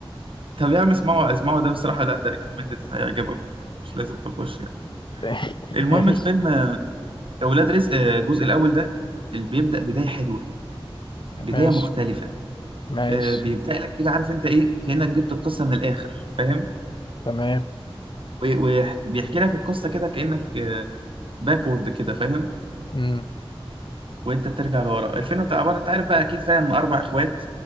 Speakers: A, on the right (about 60°); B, on the left (about 55°).
A: طب يا عم اسمعوا اسمعوا ده بصراحة لا ده ريكومندد هيعجبك برضه، مش لازم تخش يعني
B: <laughs>
A: المهم
B: ماشي
A: الفيلم اولاد رزق آه، الجزء الاول ده اللي بيبدا بدايه حلوه بدايه
B: ماشي
A: مختلفه
B: ماشي
A: آه، بيبدا لك كده عارف انت ايه كانك جبت القصه من الاخر فاهم
B: تمام
A: و- وبيحكي لك القصه كده كانك باكورد كده فاهم
B: امم
A: وانت بترجع لورا الفيلم بتاع عباره انت عارف بقى اكيد فاهم اربع اخوات